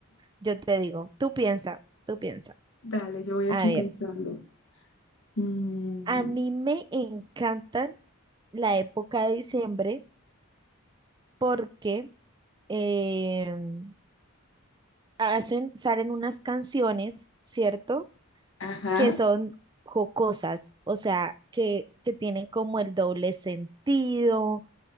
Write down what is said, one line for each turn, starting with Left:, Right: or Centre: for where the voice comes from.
Right: yo te digo, tú piensa, tú piensa.
Left: Dale, yo voy aquí
Right: A ver,
Left: pensando. Mm,
Right: a mí me encantan la época de diciembre porque em, hacen, salen unas canciones, ¿cierto?
Left: ajá,
Right: que son jocosas, o sea, que, que tienen como el doble sentido,